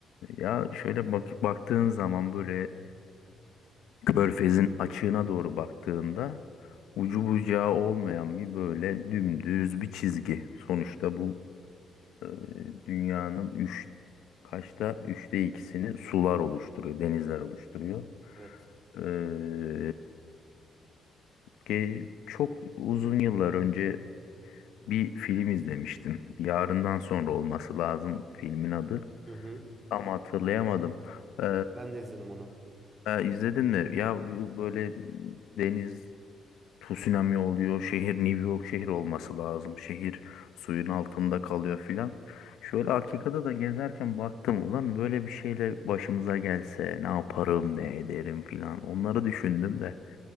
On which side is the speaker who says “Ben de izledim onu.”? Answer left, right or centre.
Right